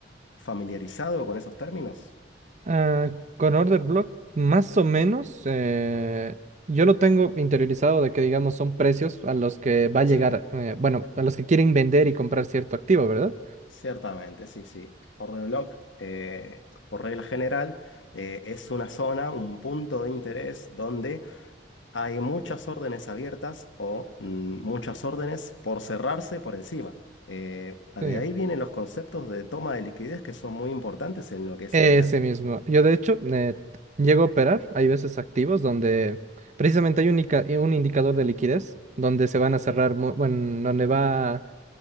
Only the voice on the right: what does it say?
Ah, con Order Block, más o menos, eh, yo lo tengo interiorizado de que, digamos, son precios a los que va a
llegar, eh, bueno, a los que quieren vender y comprar cierto activo, ¿verdad?
Sí.
Ese
mismo. Yo, de hecho, eh, llego a operar, hay veces activos donde precisamente hay un, ica- un indicador de liquidez, donde se van a cerrar, mu- bueno, donde va